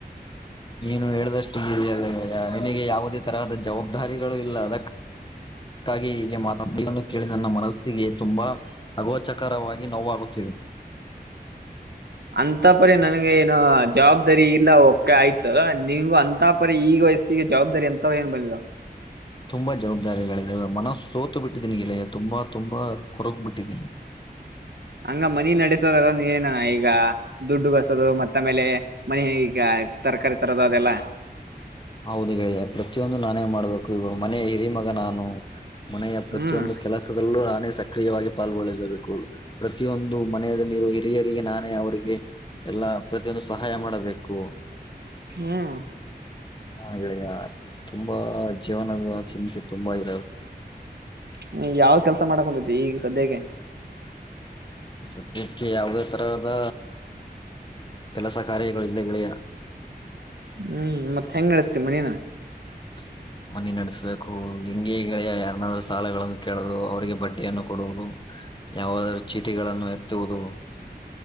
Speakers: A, on the left; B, on the right.
A: ನೀನು ಹೇಳ್ದಷ್ಟು ಈಸಿ ಅಲ್ಲ ಗೆಳೆಯ ನಿನಗೆ ಯಾವುದೇ ತರಹದ ಜವಾಬ್ದಾರಿಗಳು ಇಲ್ಲ ಅದಕ್ಕೆ. ಅದಕ್ಕಾಗಿ ಹೀಗೆ ಮಾತತಿಗಳನ್ನು ಕೇಳಿ ನನ್ನ ಮನಸ್ಸಿಗೆ ತುಂಬಾ ಅಗೋಚಕರವಾಗಿ ನೋವಾಗುತ್ತಿದೆ.
B: ಅಂತ ರಿ ನನಗೆ ಏನು ಜವಾಬ್ದಾರಿ ಇಲ್ಲ ಕೆ ಆಯ್ತು ನಿಮ ಅಂತ ಪರಿ ಈಗ ವಯಸ್ಸಿಗೆ ಜವಾಬ್ದಾರಿ. ಎಂತ ಏನ್ ಬಂದಿಲ್ಲ
A: ತುಂಬಾ ಜವಾಬ್ದಾರಿಗಳೆ ಮನಸ್ ಸೋತ ಬಿಟ್ಟಿದ್ದೀನಂಗಲ್ಲ ತುಂಬಾ ತುಂಬಾ ಕುರಕ ಬಿಟ್ಟಿದ್ದೀ
B: ಹಂಗ ಮನಿ ನಡೆಸೋದಲ್ಲ ಏನ ಈಗ ದುಡ್ಡು ಕಸೋದು ಮತ್ತಮೇಲೆ ಮನ ಹ ಈಗ ತರಕಾರಿ ತರೋದ ಅದೆಲ್ಲ
A: ಹೌದು ಹೇಳಿದೆ ಪ್ರತಿಯೊಂದು ನಾನೇ ಮಾಡ್ಬೇಕು ಇವ ಮನೆ ಇರಿ ಮಗ ನಾನು ಮನೆಯ ಪ್ರತಿಯೊಂದು
B: ಹ್ಮ್
A: ಕೆಲಸದಲ್ಲೂ ಹಾನೇ ಸಕ್ರಿಯವಾಗಿ ಪಾಲ್ಗೊಳ್ಳಿಸಬೇಕು ಪ್ರತಿಯೊಂದು ಮನೆಯಲ್ಲಿ ಹಿರಿಯರಿಗೆ ನಾನೇ ಅವರಿಗೆ ಎಲ್ಲಾ ಪ್ರತಿಯೊಂದು ಸಹಾಯ ಮಾಡಬೇಕು
B: ಹ್ಮ್
A: ಹಡ ತುಂಬಾ ಜೀವನದ ಚಿಂತೆ ತುಂಬ ಇದವೆ
B: ಹ್ಮ್ ಯಾವ ಕೆಲಸ ಮಾಡಕ್ ಹೊಂತೈತಿ ಈಗ ಸದ್ಯಕ್ಕೆ
A: ಸತ್ಯಕ್ಕೆ ಯಾವುದೇ ತರದ ಕೆಲಸ ಕಾರ್ಯಗಳು ಇಲ್ದೆ ಗೆಳೆಯ
B: ಹ್ಮ್ ಮತ್ತ ಹೆಂಗ್ ನಡೆಸ್ತೀ ಮನಿನ
A: <inaudible> ಮನೆಿ ನಡೆಸಬೇಕು ಲಿಂಗಿಳ ಯಾರನಾದ್ಯ ಸಾಲಗಳನ್ನು ಕೆೇಳದು ಅವ್ರರಿಗೆ ಬಡ್ಡಿಯನ್ನು ಕೊಡುವುದು ಯಾವಾದರೂ ಚೀಟಿಗಳನ್ನು ಎತ್ತುವುದು